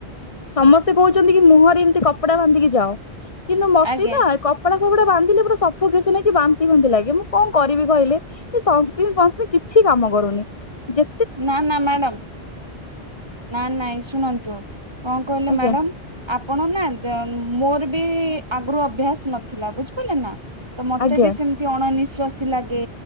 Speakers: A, on the left; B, on the right.
A: ସମସ୍ତେ କହୁଚନ୍ତି କି ମୁହଁରେ ଏମତି କପଡା ବାନ୍ଧିକି ଯାଅ କିନ୍ତୁ ମତେ
B: ଆଜ୍ଞା
A: ନା କ ମୁହଁଟା ବାନ୍ଧିଲେ ପୁରା ସଫୋକେସନ୍ ହେଇକି ବାନ୍ତି ବାନ୍ତି ଲାଗେ ମୁଁ କଣ କରିବି କହିଲେ। ଏ ସଂସ୍କ୍ରିନ ଫଂସ୍କ୍ରିନ କିଛି କାମ କରୁନି ଯେ
B: ନା ନା ମାଡାମ୍ ନା ନାଇଁ ଶୁଣନ୍ତୁ କଣ କହିଲେ
A: ଆଜ୍ଞା
B: ମାଡାମ୍ ଆପଣ ନା ଯ ମୋର ବି ଆଗୁରୁ ଅଭ୍ୟାସ ନଥିଲା ବୁଝିପାଇଲେ ନା। ତ ମତେ
A: ଆଜ୍ଞା
B: ବି ସେମତି ଅଣନିଶ୍ୱାସୀ ଲାଗେ